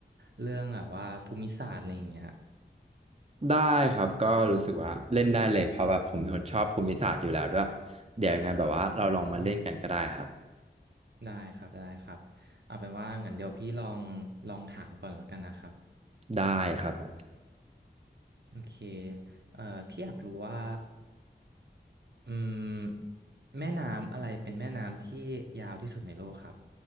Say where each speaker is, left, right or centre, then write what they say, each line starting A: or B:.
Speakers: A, on the right (about 65°); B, on the right (about 35°).
A: เรื่องแบบว่าภูมิศาสตร์อะไรอย่างเงี้ย
B: ได้ครับก็รู้สึกว่าเล่นได้เลยเพราะแบบผมเป็นคนชอบภูมิศาสตร์อยู่แล้วด้วยเดี๋ยวยังไงแบบว่าเราลองมาเล่นกันก็ได้ครับ
A: อืมได้ครับได้ครับเอาเป็นว่างั้นเดี๋ยวพี่ลองลองถามก่อนแล้วกันนะครับ
B: ได้ครับผม
A: โอเคเอ่อพี่อยากรู้ว่าอืมแม่น้ำอะไรเป็นแม่น้ำที่ยาวที่สุดในโลกครับ